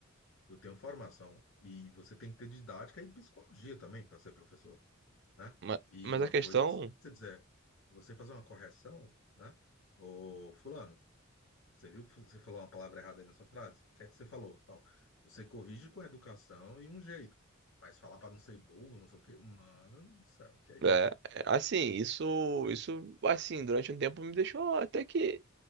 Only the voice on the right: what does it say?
Mas,
mas
a questão
é, é, assim, isso, isso, assim, durante um tempo me deixou até que.